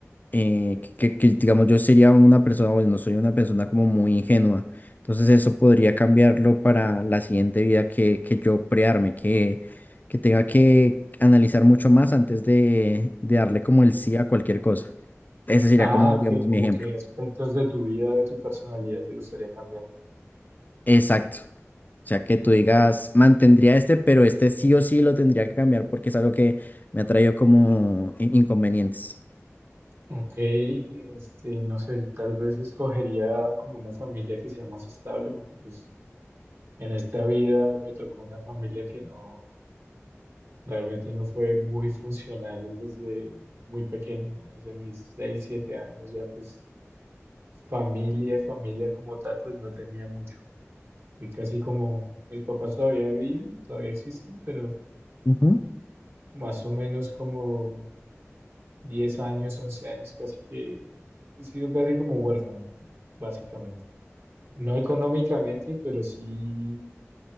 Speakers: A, on the left (about 35°); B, on the right (about 55°).
A: eh, que, que- que, digamos, yo sería una persona, bueno, no soy una persona como muy ingenua, entonces eso podría cambiarlo para la siguiente vida que, que yo prearme, que, que tenga que analizar mucho más antes de, de darle como el sí a cualquier cosa. Ese sería
B: Ah,
A: como,
B: ok,
A: digamos,
B: como
A: mi ejemplo.
B: que aspectos de tu vida, de tu personalidad te gustaría cambiar.
A: Exacto. O sea, que tú digas, mantendría este, pero este sí o sí lo tendría que cambiar porque es algo que me ha traído como in- inconvenientes.
B: Ok, este, no sé, tal vez escogería como una familia que sea más estable, porque pues en esta vida me tocó una familia que no, realmente no fue muy funcional desde muy pequeño, ¿no? desde mis 6 7 años, ya pues Familia, familia como tal, pues no tenía mucho. Fui casi como, mis papás todavía viven, todavía existen, pero
A: Ujú.
B: más o menos como 10 años, 11 años, casi que he sido casi como huérfano, básicamente. No económicamente, pero sí,